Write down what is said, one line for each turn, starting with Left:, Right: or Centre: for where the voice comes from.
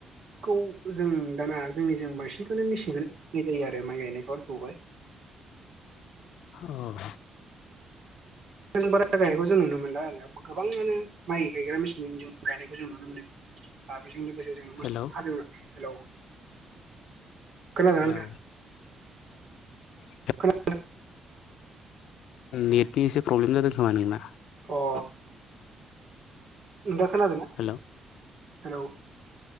Right: खौ जों दाना जोंनि जों बांसिनखौनो मिसिनखौनो जायो आरो माइ गायनाय हरखौहाइ।
Left: औ
Right: बारा गायनायखौ जों नुनो मोनला गोबाङानो माइ गायग्रा मेसिनजों गायनायखौ जों नुनो मोनो आरो बेजों लोगोसे जों मोसौ
Left: हेलौ
Right: हाल हेलौ खोनादों ना
Left: हेलौ
Right: नोंथां?
Left: <inaudible>
Right: खोना
Left: नेटनि एसे प्रब्लेम जादों खोमा नोंना?
Right: अ नथा खोनादों ना
Left: हेलौ
Right: हेलौ